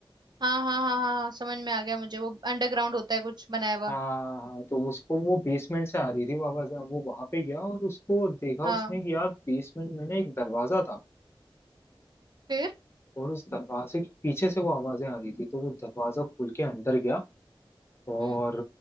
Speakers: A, on the right (about 50°); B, on the left (about 25°).
A: हाँ हाँ हाँ हाँ हाँ समझ में आ गया मुझे वो अंडरग्राउंड होता है कुछ बनाया हुआ
B: हाँ तो उसको वो बेसमेंट से आ रही थी आवाज है वो वहां पे गया और उसको देखा
A: हाँ
B: उसने कि यार बेसमेंट में ना एक दरवाजा था
A: फिर
B: और उस दरवाजे के पीछे से वो आवाजें आ रही थी तो वो दरवाजा खोल के अंदर गया और
A: हम्म